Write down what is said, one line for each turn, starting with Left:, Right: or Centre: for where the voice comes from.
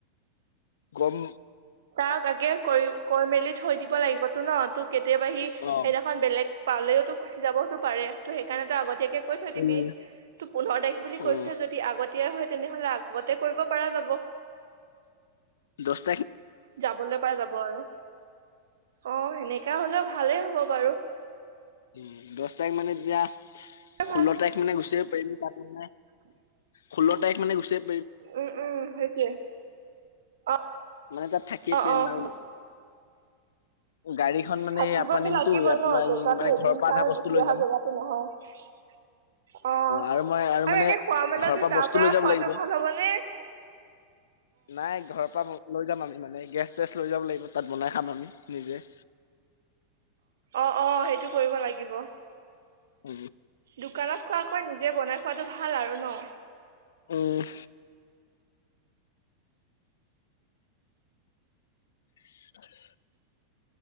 Left: গৰম।
Right: তাক আগে কৰি কৰি মেলি থৈ দিব লাগিবতো ন ত কেতিয়াবা সি সেইদিনাখন
Left: অ
Right: বেলেগ। পালেওতো গুচি যাবতো পাৰে ত' সেইকাৰণেতো আগতীয়াকে। কৈ থৈ দিবি
Left: উম
Right: তোৰ পোন্ধৰ তাৰিখ বুলি কৈছ
Left: উম
Right: যদি আগতে। তেতিয়াই হয় তেনেহলে আগতে কৰিব প যাব।
Left: দহছ।
Right: যাবলৈ পাই যাব আৰু। অ সেনেকা হলেও ভালেই হ'ব বাৰু।
Left: উ দহ তাৰিখ মানে এতিয়া
Right: ভাল
Left: ষোল্ল তাৰিখ মানে গুচিব পাৰিম তাত মানে।
Right: <unintelligible>
Left: ষো্ল্ল তাৰিখানে গুছি আহিম।
Right: উম উম সেইটো অ।
Left: মানে তাত থাকিয়ে
Right: অহ
Left: পাৰিম
Right: অহ।
Left: আৰু গাড়ীখন মানে
Right: থাকিবতো
Left: ইয়াৰ পৰা নিমতো
Right: লাগিবই
Left: ইয়াত
Right: ন জেগাতো
Left: মানে
Right: এদিন
Left: ঘৰৰ পৰা
Right: চাই
Left: আধা বস্তু
Right: গুচি
Left: লৈ
Right: অহা
Left: যাম
Right: জেগাতটো নহয় <inaudible> অ
Left: আৰু মই
Right: আৰু
Left: মানে
Right: এনে খোৱা মেলতো
Left: ঘৰৰ
Right: তাৰ
Left: বস্তু
Right: পৰা
Left: লৈ যাব
Right: খোৱাতটো
Left: লাগিব
Right: ভাল হ'বনেে
Left: নাই ঘৰৰ পৰা ম লৈ যাম আমি মানে গেছ চেছ লৈ যাব লাগিব তাত বনাই খাম আমি নিজে
Right: অ অ অ সেইটো কৰিব লাগিব
Left: উ
Right: দোকানত খোৱাকৈ নিজে বনাই খোৱাটো ভাল আৰু ন
Left: আহ <inaudible>